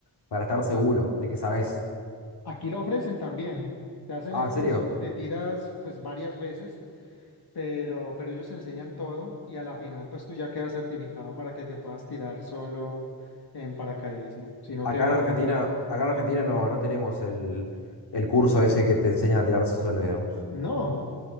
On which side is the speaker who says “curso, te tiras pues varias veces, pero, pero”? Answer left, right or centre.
Left